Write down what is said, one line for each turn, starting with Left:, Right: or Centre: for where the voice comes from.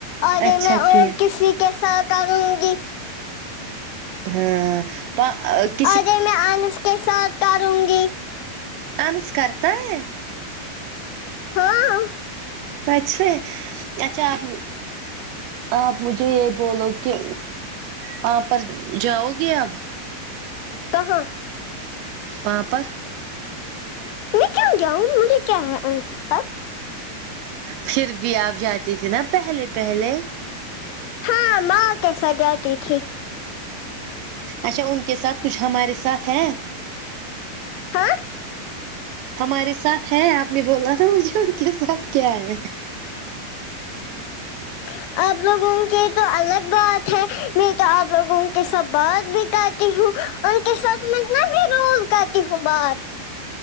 Left: اگے
Right: اچھا
Left: میں اور
Right: کیا
Left: کسی کی ساتھ کروں گی
Right: ہاں پ
Left: ارے میں آنس کے ساتھ کروگی
Right: انس کرتا ہے
Left: ہاں
Right: سچ ہے اچھا آپ آپ مجھے یہ بولو کہ وہاں پر جاؤ گے اب
Left: کہاں
Right: پا پر
Left: میں کیوں جاؤں مجھے کیا ہے ان کے ساتھ
Right: پھر بھی آپ جاتی تھی نا پہلے پہلے
Left: ہاں ماں کے ساتھ جاتی تھی
Right: اچھا ان کے ساتھ کچھ ہمارے ساتھ ہیں
Left: ہاں
Right: ہمارے ساتھ ہیں آپ نے بولا نا مجھے ان کے ساتھ کیا ہے
Left: <unintelligible> آپ لوگوں کی تو الگ بات ہے میں تو آپ لوگوں کی سب بات بھی کر ہوں ان کے ساتھ میں نہ بھی روز کرتی ہوں میں بات